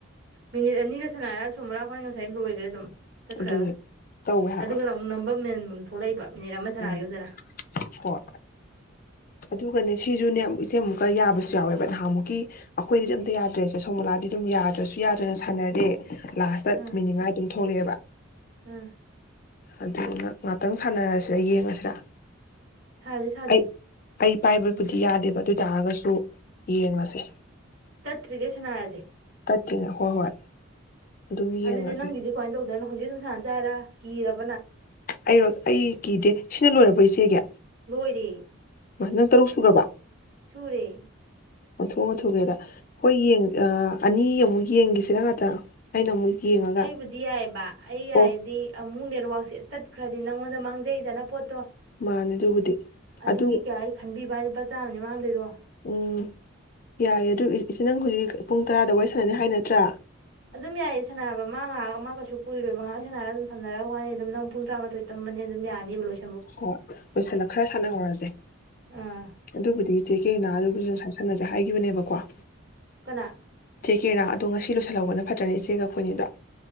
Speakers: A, on the right; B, on the left.
A: ꯃꯤꯅꯤꯠ ꯑꯅꯤꯒ ꯁꯥꯟꯅꯔ ꯁꯣꯃꯣꯂꯥꯈꯣꯏ ꯉꯁꯥꯏ ꯂꯣꯏꯈ꯭ꯔꯦ ꯑꯗꯨꯝ ꯇꯠꯈ꯭ꯔꯒ
B: ꯑꯗꯨꯅꯦ ꯇꯧꯋꯦ ꯍꯥꯏꯕ
A: ꯑꯗꯨꯒ ꯑꯃꯨꯛ ꯅꯝꯕꯝ ꯃꯦꯟꯐꯝ ꯊꯣꯛꯂꯛꯏꯕ ꯃꯤꯅꯤꯠ ꯑꯃ ꯁꯥꯟꯅꯈꯤꯕꯗꯅ
B: ꯎꯝ ꯍꯣꯏ ꯑꯗꯨꯒꯅꯦ ꯁꯤ ꯖꯨꯅꯦ ꯏꯆꯦ ꯑꯃꯨꯛꯀ ꯌꯥꯕꯁꯨ ꯌꯥꯎꯋꯦꯕ ꯅꯍꯥꯟꯃꯨꯛꯀꯤ ꯑꯩꯈꯣꯏꯗꯗꯤ ꯑꯝꯇ ꯌꯥꯗ꯭ꯔꯦꯁꯦ ꯁꯣꯃꯣꯂꯥꯗꯤ ꯑꯗꯨꯝ ꯌꯥꯗ꯭ꯔꯁꯨ ꯌꯥꯗ꯭ꯔꯅ ꯁꯥꯟꯅꯔꯦ ꯂꯥꯁꯇ
A: ꯎꯝ
B: ꯃꯦꯟꯅꯤꯡꯉꯥꯏ ꯑꯗꯨꯝ ꯊꯣꯛꯂꯛꯑꯦꯕ
A: ꯎꯝ
B: ꯑꯗꯨꯅ ꯉꯥꯛꯇꯪ ꯁꯥꯟꯅꯔꯁꯤ ꯗ ꯌꯦꯡꯉꯁꯤꯔꯥ
A: ꯁꯥꯁꯦ ꯁꯥꯁꯦ
B: ꯑꯩ ꯑꯩ ꯄꯥꯏꯕꯕꯨꯗꯤ ꯌꯥꯗꯦꯕ ꯑꯗꯨ ꯑꯣꯏ ꯇꯥꯔꯒꯁꯨ ꯌꯦꯡꯉꯁꯦ
A: ꯇꯠꯇꯔ꯭ꯤꯒꯩ ꯁꯥꯟꯅꯔꯖꯦ
B: ꯇꯠꯇ꯭ꯔꯤꯉꯩ ꯍꯣꯏ ꯍꯣꯏ ꯑꯗꯨꯝ ꯌꯦꯡꯉꯁꯦ
A: ꯑꯗꯨꯗꯤ ꯅꯪꯒꯤꯁꯦ ꯀꯥꯃꯥꯏ ꯇꯧ ꯑꯗꯨꯅ ꯍꯧꯖꯤꯛ ꯑꯗꯨꯝ ꯁꯥꯟꯅꯁꯦ ꯍꯥꯏꯔꯥ ꯀꯤꯔꯕ
B: ꯑꯩꯔꯣ ꯑꯩ ꯀꯤꯗꯦ ꯁꯤꯅ ꯂꯣꯏꯔꯕ ꯕꯣ ꯏꯆꯦꯒꯤ
A: ꯂꯣꯏꯔꯦ
B: ꯅꯪ ꯇꯔꯨꯛ ꯁꯨꯒꯔ꯭ꯕꯣ
A: ꯁꯨꯨꯔꯦ
B: ꯑꯣꯟꯊꯣꯛ ꯊꯨꯒꯔ꯭ꯦꯗ ꯍꯣꯏ ꯌꯦꯡ ꯑꯥ ꯑꯅꯤ ꯑꯃꯨꯛ ꯌꯦꯡꯒꯤꯁꯤꯔ ꯉꯥꯛꯇ ꯑꯩꯅ ꯑꯃꯨꯛ ꯌꯦꯡꯉꯒ
A: ꯑꯩꯕꯨꯗꯤ ꯌꯥꯏꯌꯦꯕ ꯑꯩ ꯌꯥꯏꯗꯤ
B: ꯑꯣ
A: ꯑꯃꯨꯛ ꯅꯦꯠꯋꯥꯛ ꯁꯦ ꯇꯠꯈ꯭ꯔꯗꯤ ꯅꯪꯉꯣꯟꯗ ꯃꯥꯡꯖꯩꯗꯅ ꯄꯣꯠꯇꯣ
B: ꯃꯥꯅꯦ ꯑꯗꯨꯕꯨꯗꯤ
A: ꯑꯗꯨꯒꯤ
B: ꯑꯗꯨ
A: ꯀꯌꯥ ꯑꯩ ꯈꯟꯕꯤꯕ ꯋꯥꯅꯤ ꯂꯨꯄꯥ ꯆꯥꯝꯃꯅꯤ ꯃꯥꯡꯗꯨꯏꯗꯣ
B: ꯎꯝ ꯌꯥꯏꯌꯦ ꯑꯗꯨ ꯏꯆꯦ ꯅꯪ ꯍꯧꯖꯤꯛ ꯄꯨꯡ ꯇꯔꯥꯗ ꯋꯥꯔꯤ ꯁꯥꯟꯅꯅꯤ ꯍꯥꯏ ꯅꯠꯇ꯭ꯔꯥ
A: ꯑꯗꯨꯝ ꯌꯥꯏꯌꯦ ꯁꯥꯟꯅꯕ ꯃꯥ ꯉꯥꯏꯍꯥꯛ ꯑꯃ ꯀꯩꯁꯨ ꯀꯨꯏꯔꯣꯏ ꯉꯥꯏꯍꯥꯛ ꯁꯥꯟꯔꯒ ꯑꯗꯨꯝ ꯊꯝꯅꯔꯒ ꯋꯥꯔꯤ ꯑꯗꯨꯝ ꯅꯪ ꯄꯨꯡ ꯇꯔꯥꯃꯥꯊꯣꯏ ꯇꯨꯝꯃꯅꯤ ꯑꯗꯨꯝ ꯌꯥꯅꯤꯕ ꯂꯣꯏ
B: ꯍꯣꯏ ꯂꯣꯏꯁꯤꯜꯂ ꯈꯔ ꯁꯥꯟꯅꯍꯧꯔꯁꯦ
A: ꯑꯥ
B: ꯑꯗꯨꯕꯨꯗꯤ ꯏꯆꯦ <unintelligible> ꯍꯥꯏꯈꯤꯕꯅꯦꯕꯀꯣ
A: ꯀꯅꯥ
B: ꯀꯦꯔꯥ ꯑꯗꯣ ꯉꯁꯤ ꯂꯣꯏꯁꯤꯜꯍꯧꯕꯅ ꯐꯠꯇ꯭ꯔꯅꯦ ꯏꯆꯦꯒ ꯑꯩꯈꯣꯏꯅꯤꯗꯣ